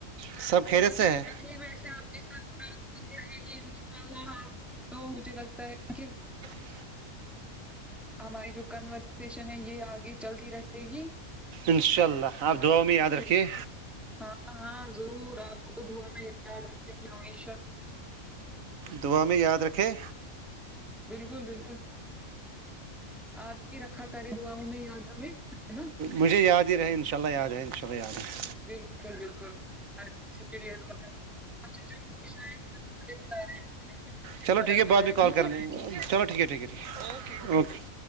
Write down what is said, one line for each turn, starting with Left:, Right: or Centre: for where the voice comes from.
Right: سب خیریت
Centre: باقی
Right: سے
Centre: بس
Right: ہے
Centre: ویسے آپ کی سات بات ہوتی رہے گی انشاء اللہ آپ تو مجھے لگتا ہے کہ
Right: ہ
Centre: ہماری جو کنورسشن ہے یہ آگے چلتی رہے گی
Right: انشاء اللہ آپ دعاؤں میں یاد
Centre: پھر
Right: رکھیے
Centre: ہاں ہاں ضرور آپ کو تو دعاؤں میں یاد رکھیں گے ہمیشہ
Right: دعا میں یاد رکھے
Centre: بالکل بالکل آپ بھی رکھا کرے دعاؤں میں یاد ہمیں نا
Right: مجھے یاد ہی رہے انشاء اللہ یاد ہے انشاء اللہ یاد ہے
Centre: بالکل بالکل ہر کسی کے لیے دعا اچھا چلو شاید گھر والے بلا رہے ہیں کھانے کے لیے مجھے
Right: چلو
Centre: کھانا
Right: ٹھیک ہے
Centre: کھلایا
Right: بعد میں کال
Centre: ٹھیک
Right: کریں
Centre: ہے
Right: گے چلو ٹھیک ہے ٹھیک ہے ٹھیک ہے اوکے